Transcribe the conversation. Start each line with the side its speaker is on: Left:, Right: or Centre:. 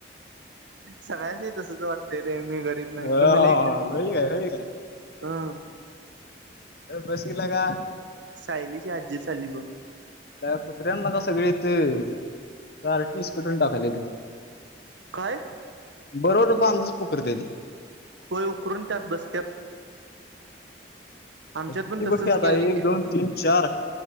Right: सगळ्यांनी तसच वाटतय रे मी गरीब नाही
Left: हो होय
Right: तर मी नाही गरीब झा
Left: काय होय
Right: हं.
Left: अ बस गला का?
Right: सायलीची आज्जी चाली ग.
Left: त्या कुत्र्या ब सगळी ते चार टीस कटून टाकायला.
Right: काय?
Left: बरोट बांधच पुकरते त
Right: वय उकररून त्यात बसत्यात. आमच्यात
Left: किती
Right: पण तसंच
Left: पैकी आता
Right: केलंय
Left: एक
Right: की
Left: दोन तीन चार